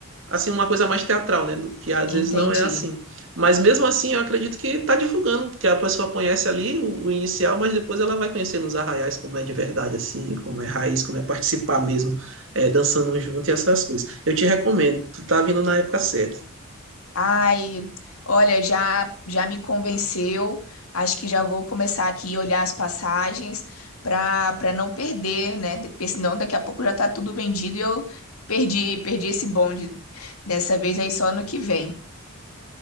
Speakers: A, on the right (about 60°); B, on the left (about 80°).
A: assim uma coisa mais teatral, né? Que às
B: Entendi.
A: vezes não é assim. Mas mesmo assim, eu acredito que tá divulgando, porque a pessoa conhece ali o, o inicial, mas depois ela vai conhecendo os arraiais como é de verdade, assim, como é raiz, como é participar mesmo, é, dançando junto e essas coisas. Eu te recomendo, tu tá vindo na época certa.
B: Ai, olha, já já me convenceu. Acho que já vou começar aqui a olhar as passagens para para não perder, né? Porque senão daqui a pouco já tá tudo vendido e eu perdi perdi esse bonde dessa vez aí só no que vem.